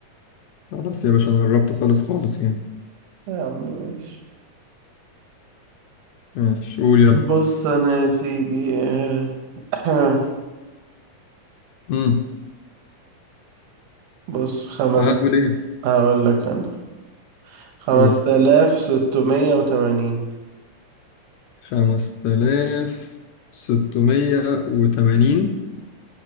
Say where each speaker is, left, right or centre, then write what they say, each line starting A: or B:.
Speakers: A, on the left; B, on the right.
A: خلاص يا باشا أنا قربت خالص خالص يعني
B: يا عم ماشي
A: ماشي قول يلا
B: بص أنا يا سيدي آه، <clears throat>
A: امم
B: بص خمس
A: هقول إيه
B: هقول لك أنا خمس
A: قول
B: آلاف ستمية وتمانين
A: خمسة آلاف ستمية وتمانين